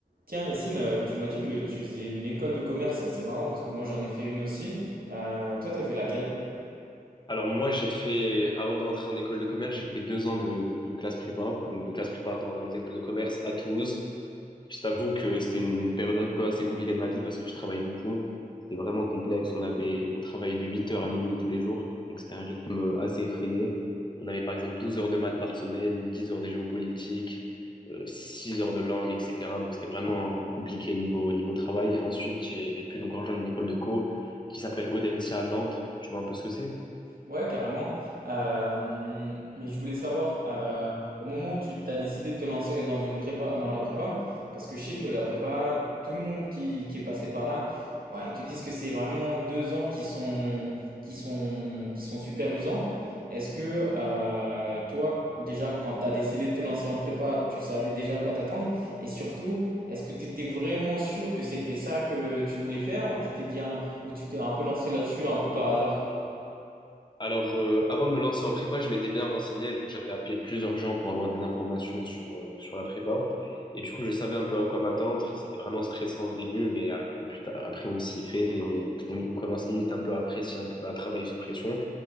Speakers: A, on the right (about 75°); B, on the left (about 30°).
A: Tiens, Yacine, euh, tu m'as dit que tu faisais une école de commerce. C'est marrant parce que moi, j'en ai fait une aussi. Euh, toi, t'as fait laquelle?
B: Alors moi, j'ai fait, avant de rentrer en école de commerce, j'ai fait deux ans de, de classe prépa, donc de classe préparatoire aux grandes écoles de commerce à Toulouse. Je t'avoue que c'était une période un peu assez compliquée de ma vie parce que je travaille beaucoup. C'était vraiment complexe. On avait, on travaillait de huit heures à minuit tous les jours, donc c'était un rythme assez effréné. On avait par exemple 12 heures de maths par semaine, 10 heures de géopolitique, euh, 6 heures de langue, etc. Donc c'était vraiment compliqué niveau, niveau travail. Et ensuite, j'ai j'ai pu donc rejoindre une école de co qui s'appelle Audencia à Nantes. Tu vois un peu ce que c'est?
A: Ouais, carrément. Euh, mais je voulais savoir, euh, au moment où tu t'as décidé de te lancer dans une prépa, dans la prépa, parce que je sais que la prépa, tout le monde qui, qui est passé par là, ouais, ils te disent que c'est vraiment deux ans qui sont, qui sont, qui sont super usants. Est-ce que euh, toi, déjà, quand tu as décidé de te lancer en prépa, tu savais déjà à quoi t'attendre? Et surtout, est-ce que tu étais vraiment sûr que c'était ça que tu voulais faire ou tu t'es dit un- ou tu t'es un peu lancé là-dessus un peu par hasard?
B: Alors, euh, avant de me lancer en prépa, je m'étais bien renseigné, donc j'avais appelé plusieurs gens pour avoir des informations sur, euh, donc sur la prépa. Et du coup, je savais un peu à quoi m'attendre. C'était vraiment stressant au début, mais à- au plus tard- après, on s'y fait et on, on commence limite un peu à apprécier, un peu, à travailler sous pression.